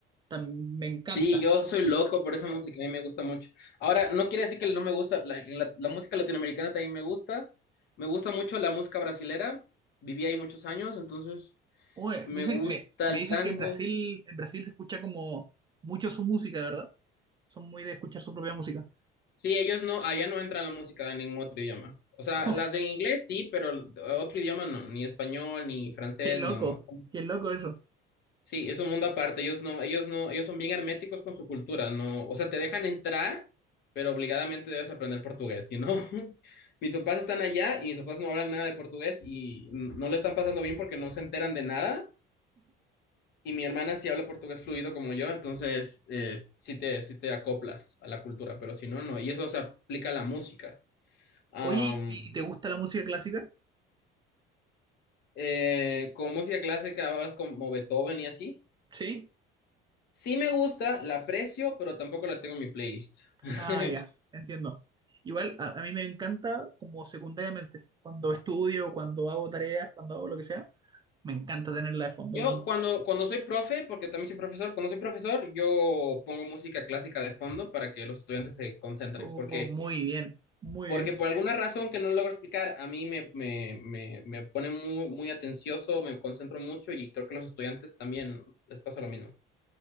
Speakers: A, on the right; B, on the left.
A: tam- me encanta,
B: Sí, yo soy loco por esa música, a mí me gusta mucho. Ahora, no quiere decir que no me gusta, la, la- la música latinoamericana también me gusta. Me gusta mucho la música brasilera, viví ahí muchos años, entonces
A: Oye,
B: me
A: dicen,
B: gusta
A: me, me
B: el
A: dicen
B: tango.
A: que en Brasil, en Brasil se escucha como mucho su música, ¿verdad? Son muy de escuchar su propia música.
B: Sí, ellos no, allá no entra la música en ningún otro idioma. O sea,
A: <laughs>
B: las de inglés sí, pero otro idioma no, ni español, ni francés,
A: qué loco,
B: no, no.
A: qué loco eso.
B: Sí, es un mundo aparte. Ellos no, ellos no, ellos son bien herméticos con su cultura, no, o sea, te dejan entrar, pero obligadamente debes aprender portugués, si no, <laughs> mis papás están allá y mis papás no hablan nada de portugués y n- no le están pasando bien porque no se enteran de nada. Y mi hermana sí habla portugués fluido como yo, entonces eh, sí te, sí te acoplas a la cultura, pero si no, no. Y eso se aplica a la música. Am,
A: Oye, ¿y y te gusta la música clásica?
B: eh, con música clásica hablas como Beethoven y así.
A: Sí.
B: Sí me gusta, la aprecio, pero tampoco la tengo en mi playlist. <laughs>
A: Ah, ya, entiendo. Igual, a, a mí me encanta como secundariamente. Cuando estudio, cuando hago tareas, cuando hago lo que sea, me encanta tenerla de fondo.
B: Yo
A: Em,
B: cuando, cuando soy profe, porque también soy profesor, cuando soy profesor, yo pongo música clásica de fondo para que los estudiantes se concentren,
A: oh,
B: porque,
A: muy bien, muy
B: porque
A: bien.
B: por alguna razón que no logro explicar, a mí me, me, me, me pone muy, muy atencioso, me concentro mucho y creo que a los estudiantes también les pasa lo mismo.